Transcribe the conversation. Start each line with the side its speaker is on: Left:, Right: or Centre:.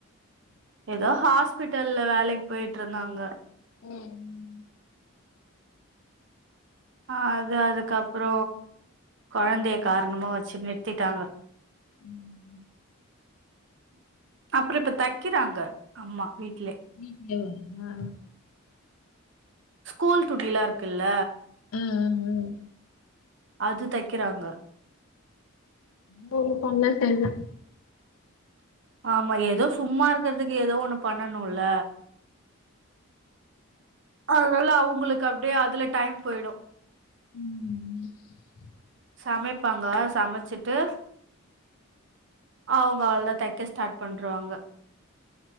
Right: ஏதோ ஹாஸ்பிட்டல்ல வேலைக் போயிட்டு இருந்தாங்க
Left: ம்
Right: அது அதுக்கப்றொ கொழந்தய காரணமா வச்சு நிற்த்திட்டாங்க
Left: ம்
Right: அப்றொ இப்ப தக்கிறாங்க அம்மா வீட்லே
Left: வீட்லேவா
Right: ஸ்கூல் துணிலா இருக்குல்ல
Left: ம் ம் ம்
Right: அது தக்கிறாங்க
Left: போக <unintelligible>
Right: ஆமா ஏதோ சும்மா இருக்குறதுக்கு ஏதோ ஒன்னு பண்ணனுல அதுனால அவுங்களுக்கு அப்டியே அதுல டைம் போயிடு
Left: ம்
Right: சமைப்பாங்க சமச்சிட்டு அவுங்க அவ்ள்தா தைக்க ஸ்டார்ட் பண்றுவாங்க